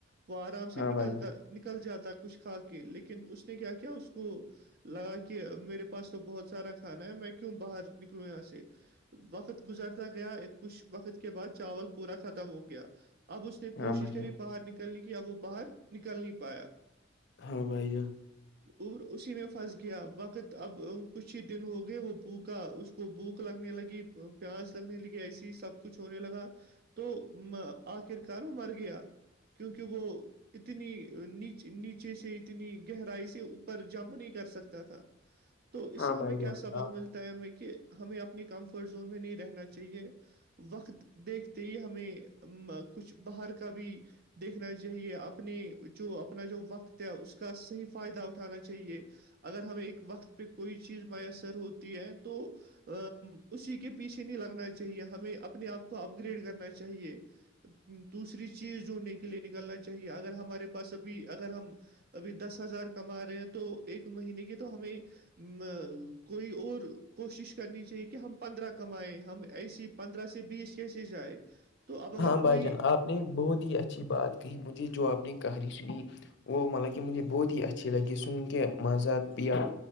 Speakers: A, on the right (about 50°); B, on the left (about 60°).
A: وہ آرام سے
B: ہاں
A: نکلتا
B: بھائی جان
A: نکل جاتا کچھ کھا کے لیکن اس نے کیا کیا اس کو لگا کہ میرے پاس تو بہت سارا کھانا ہے میں کیوں باہر نکلوں یہاں سے وقت گزر گیا ایک کچھ وقت کے بعد چاول پورا ختم ہو گیا اب اس نے
B: ہاں
A: کوشش
B: بھائی
A: کری
B: جان
A: باہر نکل نہیں کیا وہ باہر نکل نہیں پایا
B: ہاں بھائی جان
A: اسی میں پھنس گیا وقت اب کچھ ہی دن ہو گئے وہ پھکا اس کو بھوک لگنے لگی پیاس گسی سب کچھ ہونے لگا تو آخر کار وہ مر گیا کیونکہ وہ اتنی ن نیچے سے اتنی گہرائی سے اوپر جمپ نہیں کر سکتا تھا تو اس
B: ہاں
A: سے ہمیں
B: بھائی جان
A: کیا سبق
B: آپ
A: ملتا ہمیں کہ ہمیں اپنی کمفرٹ زون میں نہیں رہنا چاہیے وقت دیکھتے ہی ہمیں کچھ باہر کا بھی دیکھنا چاہیے اپنی جو اپنا جو وقت ہے اس کا صحیح فائدہ اٹھانا چاہیے اگر ہمیں ایک وقت پہ کوئی چیز میسر ہوتی ہے تو ا اسی کے پیچھے نہیں لگنا چاہیے ہمیں اپنے آپ کو اپ گریڈ کرنا چاہیے دوسری چیز جوونڑنے کے لیے نکلنا چاہیے اگر ہمارے پاس ابھی اگر ہم ابھی دس ہزار کما رہے ہیں تو ایک مہینے کی تو ہمیں ا کوئی اور کوشش کرنی چاہیے کہ ہم پندرہ کمائیں ہم ایسی پندرہ سے بیس کیسے جائے تو اب اگر
B: ہاں بھائی
A: کوئی
B: جان آپ نے بہت ہی اچھی بات کہی مجھے جو آپ نے کہانی سنی وہ ملب کہ مجھے بہت ہی اچھی لگی سن کے مذات بھییا